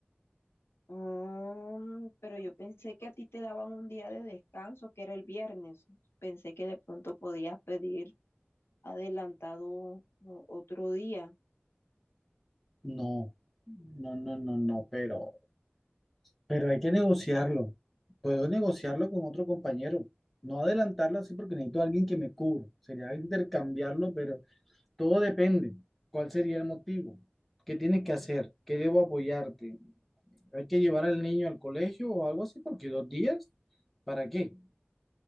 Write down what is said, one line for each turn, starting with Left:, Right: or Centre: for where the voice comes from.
Left: Mm, pero yo pensé que a ti te daban un día de descanso, que era el viernes. Pensé que de pronto podías pedir adelantado o- otro día.
Centre: No, no, no, no, no, pero, pero hay que negociarlo. Puedo negociarlo con otro compañero. No adelantarlo así porque necesito a alguien que me cubra. Sería intercambiarlo, pero Todo depende. ¿Cuál sería el motivo? ¿Qué tienes que hacer? ¿Qué debo apoyarte? ¿Hay que llevar al niño al colegio o algo así? Porque dos días, ¿para qué?